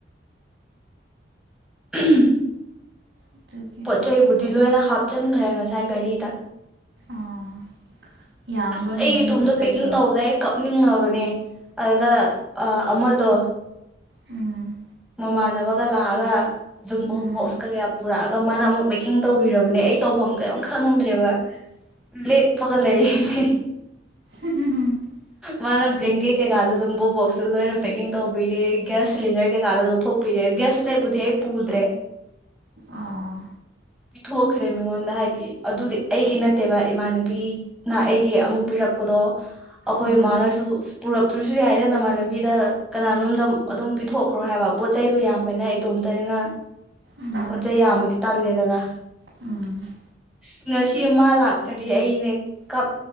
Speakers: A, in the centre; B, on the right (about 75°).
A: <inaudible>
B: ꯑꯗꯨꯒꯤ
A: ꯄꯣꯠ ꯆꯩꯕꯨꯗꯤ ꯂꯣꯏꯅ ꯍꯥꯞ ꯆꯟꯈ꯭ꯔꯦ ꯉꯁꯥꯏ ꯒꯥꯔꯤꯗ
B: ꯑꯣ ꯌꯥꯝꯕ꯭ꯔꯣꯅꯦ
A: ꯑꯁ ꯑꯩ
B: ꯅꯪꯒꯤ
A: ꯏꯇꯣꯝꯗ
B: ꯄꯣꯠ ꯆꯩꯗꯣ
A: ꯄꯦꯛꯀꯤꯡ ꯇꯧꯕꯅꯦ ꯑꯩ ꯀꯞꯅꯤꯡꯉꯕꯅꯦ ꯑꯗꯨꯗ ꯑ ꯑꯃꯗꯣ
B: ꯎꯝ
A: ꯃꯃꯥꯟꯅꯕꯒ ꯂꯥꯛꯑꯒ ꯨꯖꯨꯝꯕꯣ
B: ꯎꯝ
A: ꯕꯣꯛꯁꯀ ꯒ ꯌꯥꯝ ꯄꯨꯔꯛ ꯃꯥꯅ ꯑꯃꯨꯛ ꯄꯦꯛꯀꯤꯡ ꯇꯧꯕꯤꯔꯕꯅꯦ ꯑꯩ ꯇꯧꯐꯝ ꯀꯔꯤꯝ ꯈꯪꯗ꯭ꯔꯦꯕ ꯂꯦꯞꯄꯒ ꯂꯩꯔꯤꯅꯦ
B: ꯎ ꯎ ꯎꯝ
A: ꯃꯥꯅ ꯕꯂꯦꯡꯀꯦ ꯀꯩꯀꯥꯗꯨꯁꯨ ꯖꯝꯕꯣ ꯕꯣꯛꯁꯇ ꯂꯣꯏꯅ ꯄꯦꯛꯀꯤꯡ ꯇꯧꯕꯤꯔꯦ ꯒ꯭ꯌꯥꯁ ꯁꯤꯂꯤꯟꯗꯔꯒ ꯆꯥꯗꯣ ꯂꯧꯊꯣꯛꯄꯤꯔꯦ ꯒꯥꯁꯂꯦꯞꯄꯨꯗꯤ ꯑꯩ ꯄꯨꯗ꯭ꯔꯦ
B: ꯑꯣ
A: ꯄꯤꯊꯣꯛꯈ꯭ꯔꯦ ꯃꯤꯉꯣꯟꯗ ꯍꯥꯏꯗꯤ ꯑꯗꯨꯗꯤ ꯑꯩꯒꯤ ꯅꯠꯇꯦꯕ ꯏꯃꯥꯟꯅꯕꯤꯅ ꯑꯩꯒꯤ ꯑꯃꯨꯛ ꯄꯤꯔꯛꯄꯗꯣ ꯑꯈꯣꯏ
B: ꯑꯥ
A: ꯃꯥꯅꯁꯨ ꯄꯨꯔꯛ ꯇ꯭ꯔꯨꯁꯨ ꯌꯥꯏꯗ ꯅꯃꯥꯟꯅꯕꯤꯗ ꯀꯅꯥꯅꯣꯝꯗ ꯑꯗꯨꯝ ꯄꯤꯊꯣꯛꯈ꯭ꯔꯣ ꯍꯥꯏꯕ ꯄꯣꯠ ꯆꯩꯗꯣ ꯌꯥꯝꯕꯅꯩ ꯏꯇꯣꯝꯇꯅꯤꯅ
B: ꯎꯝ
A: ꯄꯣꯠ ꯆꯩꯩ ꯌꯥꯝꯃꯗꯤ ꯇꯜꯂꯦꯗꯅ
B: ꯎꯝ
A: ꯏꯁ ꯉꯁꯤ ꯃꯥ ꯂꯥꯛꯇ꯭ꯔꯗꯤ ꯑꯩꯅꯦ ꯀꯞ